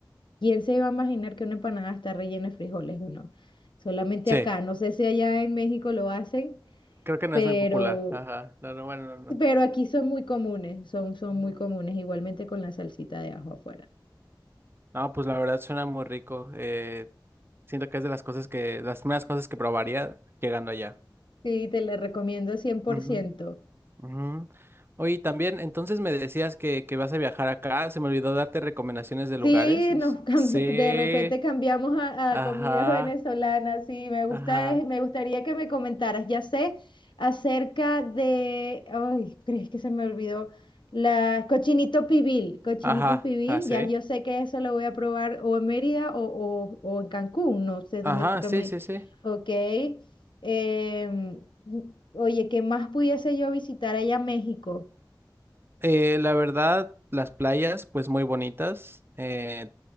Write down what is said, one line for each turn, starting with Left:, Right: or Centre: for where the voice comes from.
Left: ¿quién se iba a imaginar que una empanada está rellena de frijoles? Bueno, solamente
Right: Sí.
Left: acá. No sé si allá en México lo hacen,
Right: Creo que no
Left: pero,
Right: es muy popular. Ajá. No, no, bueno, no, no.
Left: pero aquí son muy comunes, son, son
Right: Ujú.
Left: muy comunes, igualmente con la salsita de ajo afuera.
Right: No, pues la verdad suena muy rico. Eh, siento que es de las cosas que, las primeras cosas que probaría llegando allá.
Left: Sí, te la recomiendo cien por
Right: Ujú,
Left: ciento.
Right: ujú. Oye, también, entonces me decías que, que vas a viajar acá. Se me olvidó darte recomendaciones de lugares.
Left: Sí,
Right: Es-
Left: nos <laughs> cambi-
Right: Sí.
Left: de repente cambiamos a,
Right: Ajá,
Left: a comida venezolana. Sí, me gusta,
Right: ajá,
Left: eh, me gustaría que me comentaras. Ya sé acerca de, ay, crees que se me olvidó, la cochinito pibil. Cochinito
Right: ajá,
Left: pibil,
Right: así.
Left: ya yo sé que eso lo voy a probar o en Mérida o, o- o en Cancún, no sé dónde
Right: Ajá,
Left: fue que
Right: sí,
Left: me...
Right: sí, sí.
Left: Ok. Em, oye, ¿qué más pudiese yo visitar allá en México?
Right: Eh, la verdad, las playas, pues muy bonitas. eh,